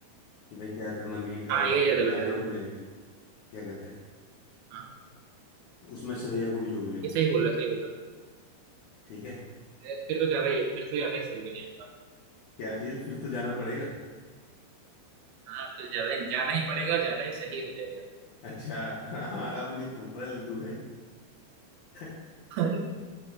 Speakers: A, on the left; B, on the right.
A: कि भाई क्या करना मीट
B: हाँ ये ज्यादा बेटर
A: जाना है
B: होगा
A: एलुमनाई पे क्या कहते हैं
B: हाँ
A: उसमें श्रेया को भी जोड़ लेंगे
B: ये सही बोल रहा सही बोल रहा
A: ठीक है
B: अरे फिर तो ज्यादा ही फिर तो ज्यादा ही सही हो जाएगा
A: क्या चीज फिर तो जाना पड़ेगा
B: हाँ फिर ज्यादा ही जाना ही पड़ेगा और ज्यादा ही सही हो जाएगा
A: अच्छा हाँ अब नहीं फूट रहा है लड्डू भाई <laughs>
B: अरे